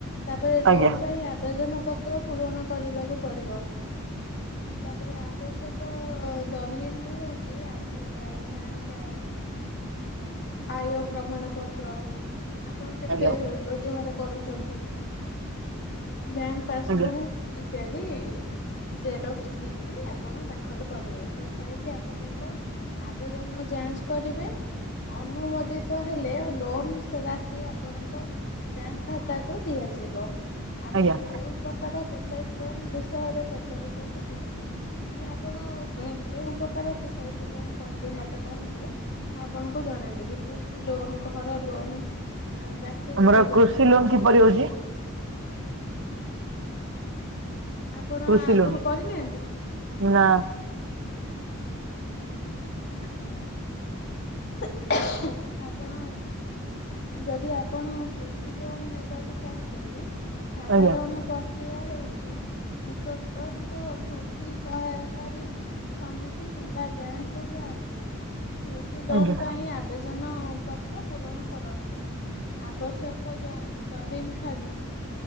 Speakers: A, on the left; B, on the right.
A: ତାପରେ ଲୋନ୍
B: ଆଜ୍ଞା
A: ପାଇଁ ଆବେଦନ ପତ୍ ତ୍ର ପୂରଣ କରିବାକୁ ପଡିବ। ତାପରେ ଆବଶ୍ୟକ ଦଲିଲ୍ ହଉଚି ଆଧାର କାର୍ଡ, ପ୍ୟାନ୍ କାର୍ଡ ଆୟ ପ୍ରମାଣ ପତ୍ର ଆପଣ କେତେ
B: ଆଜ୍ଞା
A: ରୋଜଗାର କରୁଚନ୍ତି। ବ୍ୟାଙ୍କ ପାସବୁକ୍
B: ଆଜ୍ଞା
A: ଇତ୍ୟାଦି ଜେରକ୍ସ ନେଇକିରି ଆପଣ ଦାଖଲ କରିବେ। ସୋସାଇଟି ଆପଣଙ୍କ ଆବେଦନ ଯାଞ୍ଚ କରିବେ। ଅନୁମୋଦିତ ହେଲେ ଲୋନ୍ ସେବା ସିଏ ଆପଣଙ୍କ ବ୍ୟାଙ୍କ ଖାତାକୁ ଦିଆଯିବ। ଆପଣ
B: ଆଜ୍ଞା
A: କେଉଁ ପ୍ରକାର ସୋସାଇଟି ଲୋନ୍ ବିଷୟରେ ପ ଚନ୍ତି କୁହନ୍ତୁ। ମାନେ ଆପଣ କେଉଁ ପ୍ରକାର ସୋସାଇଟି ଲୋନ୍ କରିବେ ମତେ କହି <unintelligible> ମୁଁ ଆପଣଙ୍କୁ ଜଣେଇଦେବି। କୃଷି ଲୋନ୍, ଘର ଲୋନ୍ ଅ ବ୍ୟକ୍ତିଗତ
B: ଆମର
A: ଲୋନ
B: କୃଷି
A: ଅନ୍ୟ
B: କିପରି
A: କିଛି
B: ହଉଛି
A: ଆପଣ
B: କୃଷି
A: ଆଗରୁ
B: ଲୋନ
A: କରିନାହାନ୍ତି?
B: ନା
A: ଆଚ୍ଛା ଆପଣ ଯଦି ଆପଣ କୃଷି ଲୋନ ନେବାକୁ ଚାହୁଁଛନ୍ତି ସାଧାରଣ
B: ଆଜ୍ଞା
A: ପ୍ରକ୍ରିୟା ହେଉ ଚି ନିକଟସ୍ଥ କୃଷି ସହାୟକାରୀ ସମିତି କିମ୍ବା ବ୍ୟାଙ୍କ୍ କୁ ଯାଆନ୍ତୁ। କୃଷି ଲୋନ
B: ଆଜ୍ଞା
A: ପାଇଁ ଆବେଦନ ହଁ ପତ୍ର ପୂରଣ କରନ୍ତୁ। ଆବଶ୍ୟକ ଯୋଉ ଦଲିଲ୍ ଖା